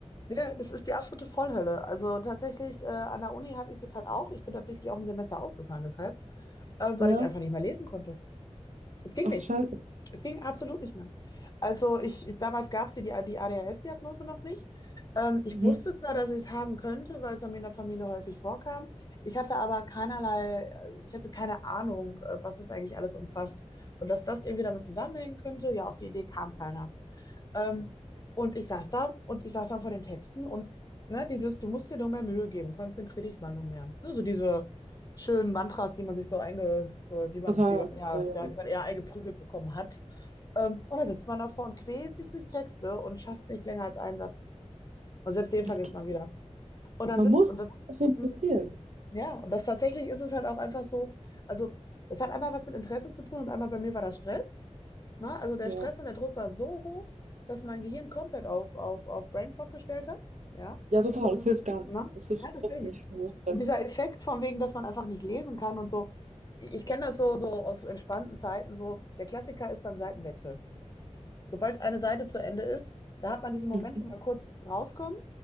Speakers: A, on the left; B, on the right.
A: Ja, das ist die absolute Vollhölle. Also tatsächlich, äh, an der Uni hatte ich das halt auch. Ich bin tatsächlich auch ein Semester ausgefallen deshalb, äh, weil
B: Ja.
A: ich einfach nicht mehr lesen konnte. Es ging
B: Ach
A: nicht.
B: du Scheiße.
A: Es ging absolut nicht mehr. Also ich, ich- damals gab es die, die die ADHS-Diagnose noch nicht. Ähm, ich
B: Mhm.
A: wusste zwar, dass ich es haben könnte, weil es bei mir in der Familie häufig vorkam. Ich hatte aber keinerlei, äh, ich hatte keine Ahnung, äh, was das eigentlich alles umfasst. Und dass das irgendwie damit zusammenhängen könnte, ja, auf die Idee kam keiner. Ähm, und ich saß da und ich saß dann vor den Texten und ne, dieses, du musst dir nur mehr Mühe geben, konzentriere dich mal nur mehr. Ne, so diese schönen Mantras, die man sich so einge, die man,
B: Total.
A: die man eher,
B: Ja, ja.
A: ja, die man eher eingeprügelt bekommen hat. Ähm, und dann sitzt man davor und quält sich durch Texte und schafft es nicht länger als einen Satz. Und selbst den vergisst
B: Es geht.
A: man wieder. Und dann
B: Man
A: sitzt
B: muss
A: und
B: sich
A: das,
B: dafür interessieren.
A: Mhm. ja, und das tatsächlich ist es halt auch einfach so, also das hat einmal was mit Interesse zu tun und einmal bei mir war das Stress. Ne? Also der
B: Ja.
A: Stress und der Druck war so hoch, dass mein Gehirn komplett auf, auf, auf Brain Fog gestellt hat. Ja.
B: Ja, total.
A: Und
B: Es hilft gar nicht.
A: ne?
B: Es hilft
A: Ja, deswegen.
B: überhaupt nicht. für den Stress.
A: Und Dieser Effekt von wegen, dass man einfach nicht lesen kann und so. Ich ich kenne das so, so aus entspannten Zeiten, so der Klassiker ist beim Seitenwechsel. Sobald eine Seite zu Ende ist, da hat man diesen Moment,
B: Mhm.
A: wo man kurz rauskommt,